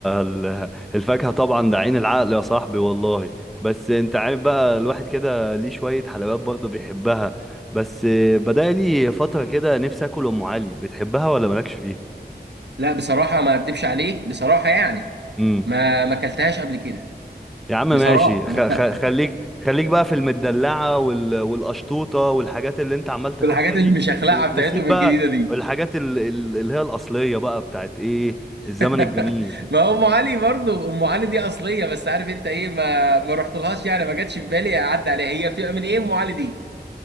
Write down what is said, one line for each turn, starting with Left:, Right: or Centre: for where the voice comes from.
Centre: ال- الفاكهة طبعا ده عين العقل يا صاحبي والله بس انت عارف بقى الواحد كده ليه شوية حلويات برضه بيحبها بس بدأ لي فترة كده نفسي اكل ام علي بتحبها ولا مالكش فيها
Right: لا بصراحة ما اكدبش عليك بصراحة يعني
Centre: امم
Right: ما ما اكلتهاش قبل كده
Centre: يا عم ماشي
Right: بصراحة
Centre: خ
Right: <laughs>
Centre: خ خليك خليك بقى في المدلعة وال والقشطوطة والحاجات اللي انت عمال تاكلها
Right: والحاجات
Centre: دي
Right: المشخلعة
Centre: و-
Right: بتاعتهم
Centre: وسيب بقى
Right: الجديدة دي
Centre: الحاجات ال- ال- اللي هي الأصلية بقى بتاعت ايه الزمن
Right: <laughs>
Centre: الجميل
Right: ما هو ام علي برضو ام علي دي اصلية بس عارف انت ايه ما ما رحتلهاش يعني ما جاتش في بالي اعدي عليها هي بتبقى من ايه ام علي دي